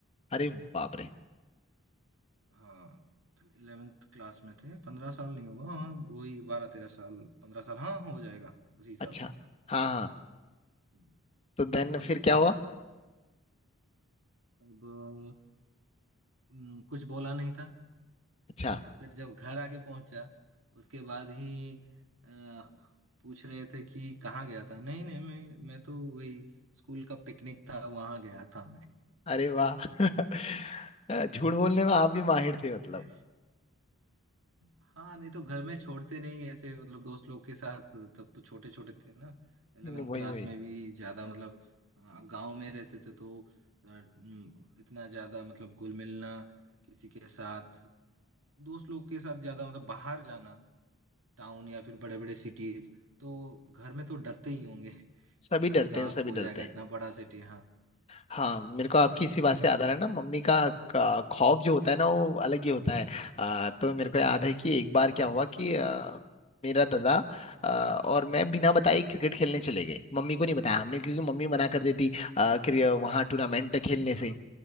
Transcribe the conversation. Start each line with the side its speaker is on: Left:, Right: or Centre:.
Left: अरे बाप रे
Right: हाँ तो इलेवेंथ क्लास में थे पंद्रह साल नहीं होगा हाँ वही बारह तेरह साल पंद्रह साल हाँ हो जाएगा उसी हिसाब
Left: अच्छा
Right: से
Left: हाँ हाँ
Right: हम्म,
Left: तो देन फिर क्या हुआ
Right: अब अम, कुछ बोला नहीं था
Left: अच्छा
Right: फिर जब घर आके पहुंचा उसके बाद ही अ, पूछ रहे थे कि कहाँ गया था नहीं नहीं मैं मैं तो वही स्कूल का पिकनिक था वहां गया था
Left: अरे वाह <laughs> झूठ बोलने
Right: मैं
Left: में आप भी माहिर थे मतलब
Right: <laughs> हाँ नहीं तो घर में छोड़ते नहीं ऐसे मतलब दोस्त लोग के साथ तब तो छोटे छोटे थे ना 11th
Left: वही
Right: क्लास
Left: वही
Right: में भी ज्यादा मतलब गांव में रहते थे तो अ, हम्म, इतना ज्यादा मतलब घुल मिलना किसी के साथ दोस्त लोग के साथ ज्यादा मतलब बाहर जाना टाउन या फिर बड़े बड़े सिटीज तो घर में तो डरते ही होंगे <laughs>
Left: सभी
Right: कि
Left: डरते
Right: कहाँ
Left: हैं सभी
Right: खो
Left: डरते
Right: जाएगा
Left: हैं
Right: इतना बड़ा सिटी हाँ
Left: हाँ मेरे को आपकी इसी बात से याद आ रहा है ना मम्मी का का खौफ जो होता है ना वो अलग ही होता है आ, तो मेरे को याद है कि एक बार क्या हुआ कि आ, मेरा दादा आ, और मैं बिना बताए क्रिकेट खेलने चले गए मम्मी को नहीं बताया हमने क्योंकि मम्मी मना कर देती आ, वहां टूर्नामेंट खेलने
Right: अच्छा
Left: से
Right: हाँ